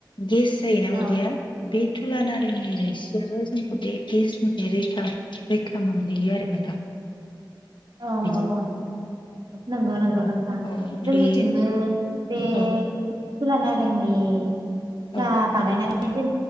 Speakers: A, on the left; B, on the right.
A: गेस जायोना
B: औ
A: उदैया बे थुला नारिेंनि रुसियाबो जों <unintelligible> रैखा रैखा मोनहैयो आरो नोंथां।
B: औ
A: बिदि
B: औ औ नंगौ नंगौ
A: औ
B: नोंथां
A: औ
B: जोंनिथिंबो
A: बे
B: बे।
A: औ
B: थुला नारेनि
A: औ
B: जा बानायनाय बेदि